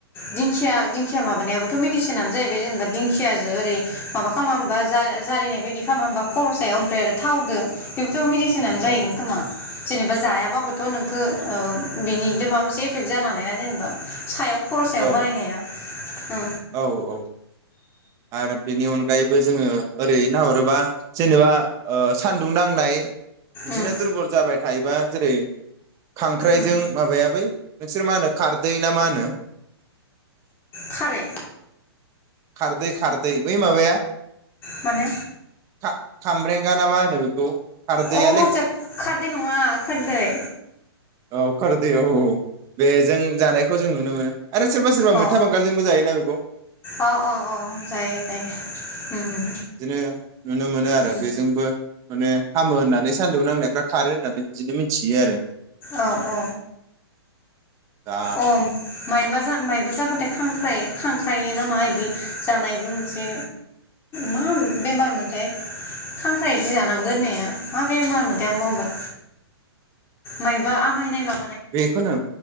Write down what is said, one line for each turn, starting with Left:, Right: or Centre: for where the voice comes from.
Left: दिंखिया दिंखिया माबानायाबोथ' मिदिसि नानो जाहैबाय जेनेबा दिंखियाजो ओरै माबा खालामा ओमबा जा-जारिनाय बायदि खालामा ओमबा खल सायाव ओफ्राय आरो थाव दो बेबो थ' मेडिसिनानो जाहैगोन
Right: औ
Left: खोमा। जेनेबा जायाबाबोथ' <unintelligible> बिनि दिमाबोसो एफेक्ट जानो हानायना जेनेबा सायाव खर' सायाव
Right: औ
Left: बारायनाया ओ
Right: औ औ आरो बेनि अनगायैबो जोङो ओरै नाहरोबा जेनेबा ओ सान दुं नांनाय बिदिनो
Left: ओम
Right: दुरबल जाबाय थायोबा जेरै - खांख्राइजों
Left: ओम
Right: माबाया बै नोंसोर मा होनो खारदै ना मा होनो?
Left: खारै।
Right: खारदै खारदै बै माब
Left: माने
Right: खा खामब्रेंगा ना मा होनो बेखौ खारदैआलै
Left: अ आदसा खारदै नङा खोरदै
Right: औ खोर दे औ बे जों जानायखौ जों नुनो मोनो आरो सोरबा सोरबा
Left: अ
Right: मैथा बांगालजोंबो जायोना बेखौ?
Left: अ अ अ जायो जायो ओम
Right: बिदिनो नुनो मोनो आरो
Left: ओम
Right: बेजोंबो माने हामो होन्नानै सान्दुं नांनायफ्रा खारो होन्नानै बिदिनो मिथियो आरो
Left: औ औ
Right: दा
Left: औ माइबा जा माइबा जाबाथाय खांख्राइ खांख्राइना मा इदि जानायबो मोनसे मा बेमार मोनथाय? खांख्राय जि जानांगोन होन्नाया मा बेमार मोन? दे मबे? माइबा आमायनाय मा
Right: बेखौनो